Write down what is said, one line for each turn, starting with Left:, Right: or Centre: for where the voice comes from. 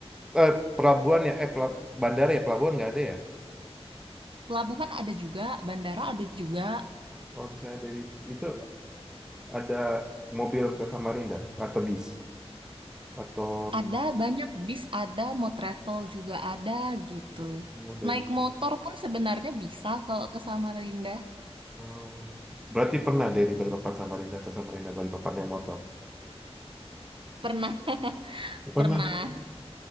Centre: eh, pelabuhan ya, eh pelab- bandara ya, pelabuhan nggak ada ya?
Right: Pelabuhan ada juga, bandara ada juga,
Centre: Kalau misalnya dari itu ada mobil ke Samarinda atau bis atau
Right: ada banyak bis ada, mau travel juga ada gitu.
Centre: oh, dari
Right: Naik motor pun sebenarnya bisa kalau ke Samarinda.
Centre: hmm, berarti pernah dari Balikpapan Samarinda atau Samarinda Balikpapan naik motor
Right: Pernah, pernah.
Centre: pernah